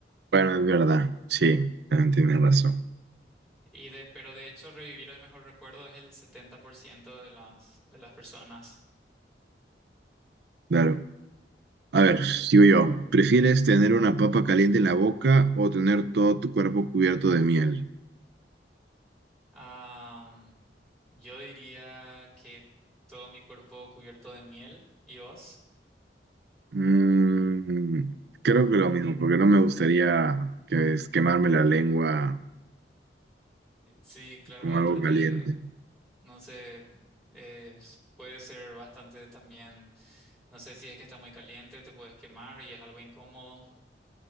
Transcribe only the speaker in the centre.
Y de, pero de hecho revivir el mejor recuerdo es el 70% de las, de las personas.
Ah, yo diría que todo mi cuerpo cubierto de miel. ¿Y vos?
Sí, claro,
aparte.
No sé, eh, puede ser bastante también, no sé si es que está muy caliente, te puedes quemar y es algo incómodo.